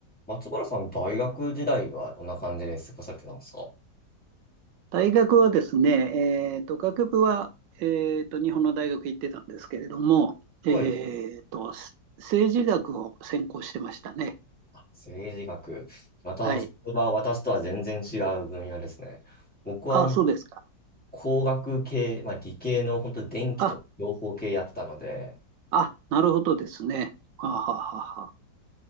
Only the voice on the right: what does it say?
大学はですね、えーと、学部は、えーと、日本の大学行ってたんですけれども、
えーと、政治学を専攻してましたね。
はい。
あ、そうですか。
あ、あ、なるほどですね。はあ、はあはあはあ、